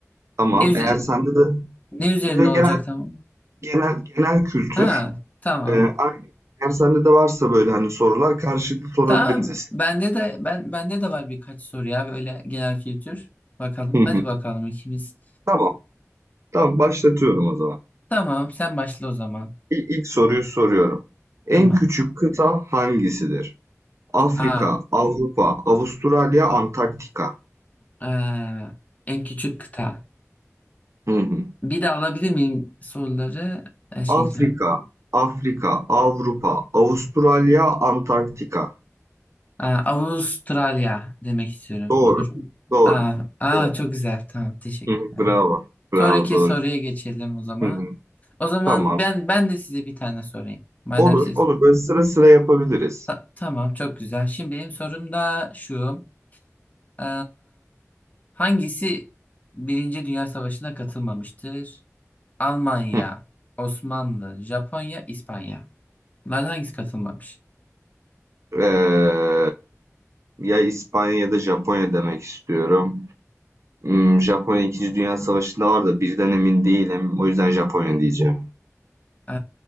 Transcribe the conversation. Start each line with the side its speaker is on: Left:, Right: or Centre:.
Right: Tamam.
Left: Ne, üze-
Right: Eğer sende de
Left: ne üzerine
Right: böyle genel
Left: olacak tamam?
Right: genel genel kültür.
Left: Ha tamam.
Right: E, aynen. Eğer sende de varsa böyle hani sorular karşılıklı sorabiliriz.
Left: Tamam bende de ben bende de var birkaç soru ya böyle genel kültür. Bakalım
Right: Hı hı.
Left: hadi bakalım ikimiz.
Right: Tamam. Tamam başlatıyorum o zaman.
Left: Tamam sen başla o zaman.
Right: İlk, soruyu soruyorum. En
Left: Tamam.
Right: küçük kıta hangisidir? Afrika,
Left: Aa.
Right: Avrupa, Avustralya, Antarktika.
Left: Ee, en küçük kıta.
Right: Hı hı.
Left: Bir de alabilir miyim soruları? Ee, şey
Right: Afrika,
Left: cevap.
Right: Afrika, Avrupa, Avustralya, Antarktika.
Left: Aa, Avustralya demek istiyorum.
Right: Doğru,
Left: Doğru mu?
Right: doğru,
Left: Aa, aa,
Right: doğru.
Left: çok güzel. Tamam, teşekkürler.
Right: Hı hı, Bravo, bravo,
Left: Sonraki
Right: doğru.
Left: soruya geçelim o zaman.
Right: Hı hı,
Left: O zaman
Right: Tamam.
Left: ben ben de size bir tane sorayım. Madem
Right: Olur,
Left: siz
Right: olur. Böyle sıra sıra yapabiliriz.
Left: Ta- tamam çok güzel. Şimdi benim sorum da şu. Ee, hangisi Birinci Dünya Savaşı'na katılmamıştır? Almanya,
Right: Hı.
Left: Osmanlı, Japonya, İspanya. Bunlardan hangisi katılmamış?
Right: Ee, ya İspanya ya da Japonya demek istiyorum. Hmm, Japonya İkinci Dünya Savaşı'nda var da birden emin değilim. O yüzden Japonya diyeceğim.
Left: Ee,